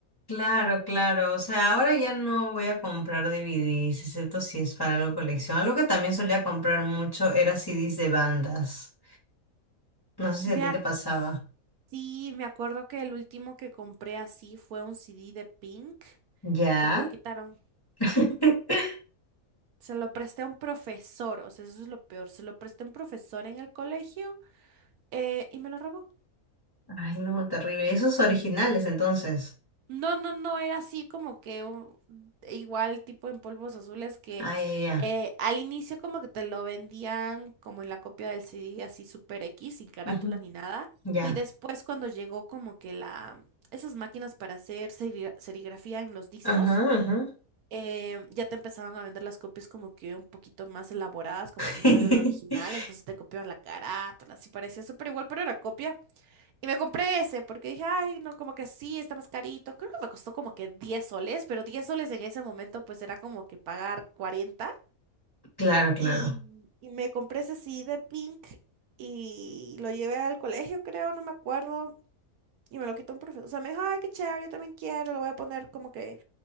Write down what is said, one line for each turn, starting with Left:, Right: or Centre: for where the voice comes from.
Left: Claro, claro, o sea, ahora ya no voy a comprar DVDs, excepto si es para algo de colección. Algo que también solía comprar mucho era CDs de bandas. No sé si
Right: Me
Left: a
Right: ac-
Left: ti te pasaba.
Right: sí, me acuerdo que el último que compré así fue un CD de Pink,
Left: ¿Ya?
Right: que me lo quitaron.
Left: <laughs>
Right: Se lo presté a un profesor, o sea, eso es lo peor, se lo presté a un profesor en el colegio eh, y me lo robó.
Left: Ay, no, terrible. Esos originales, entonces.
Right: No, no, no, era así como que un- igual tipo en polvos azules que
Left: Ay, ya.
Right: eh, al inicio como que te lo vendían como en la copia del CD así super X, sin carátula
Left: Ya. Ujú,
Right: ni nada.
Left: ya.
Right: Y después cuando llegó como que la, esas máquinas para hacer serigra- serigrafía en los discos,
Left: Ajá, ajá.
Right: eh, ya te empezaban a vender las copias como que un poquito más elaboradas, como
Left: <laughs>
Right: si fuera el original. Entonces te copiaban la carátula, así parecía súper igual, pero era copia. Y me compré ese porque dije, ay, no, como que sí, está más carito. Creo que me costó como que 10 soles, pero 10 soles en ese momento pues era como que pagar cuarenta
Left: Claro, claro.
Right: Y, y me compré ese sí de Pink y lo llevé al colegio, creo, no me acuerdo. Y me lo quitó un profesor. O sea, me dijo, ay, qué chévere, yo también quiero. Lo voy a poner como que